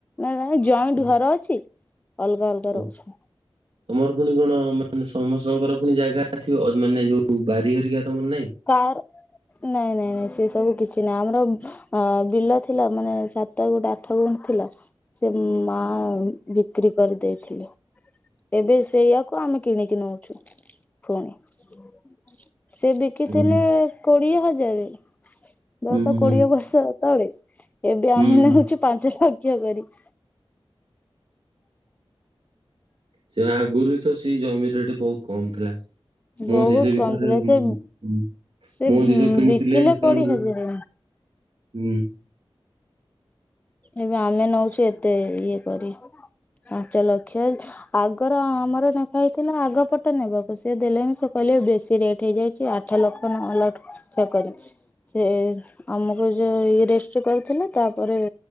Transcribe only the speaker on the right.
ହୁଁ,
ଓ
ତମର ପୁଣି କଣ ମାନେ ସମସ୍ତଙ୍କର ପୁଣି ଜାଗା ଥିବ ଅ ମାନେ ଯୋଉ ବାରି ହରିକା ତମର ନାହିଁ?
ଓହୋ
ହୁଁ
ହୁଁ
ହୁଁ
ସେ ଆଗୁରୁ ତ ସେଇ ଜମି ରେଟ୍ ବହୁତ୍ କମ୍ ଥିଲା। ମୋ
ଜେଜେ
ବି ତ
<unintelligible>
ମୋ ଜେଜେ କିଣିଥିଲେ
ହେତେବେଳକୁ
ହୁଁ।